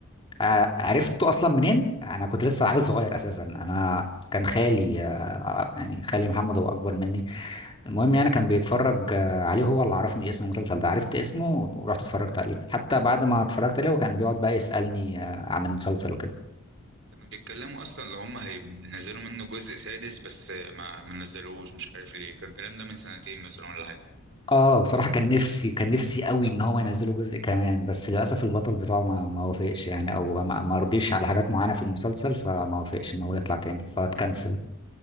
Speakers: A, on the left; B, on the right.
A: ع- عرفته اصلا منين انا كنت لسه عيل صغير اساسا انا كان خالي آه، يعني خالي محمد هو اكبر مني المهم يعني كان بيتفرج آه، عليه هو اللي عرفني اسم المسلسل ده عرفت اسمه ورحت اتفرجت عليه حتى بعد ما اتفرجت عليه هو كان بيقعد بقى يسألني آه، عن المسلسل وكده
B: كانوا بيتكلموا اصلا اللي هم هينزلوا منه جزء سادس بس ما ما نزلوش مش عارف ليه كان الكلام ده من سنتين مثلا ولا حاجه
A: اه بصراحة كان نفسي كان نفسي قوي ان هو ينزله جزء كمان بس للاسف البطل بتاعه ما ما وافقش يعني او ما ما رضيش على حاجات معينة في المسلسل فما وافقش ان هو يطلع تاني فاتكنسل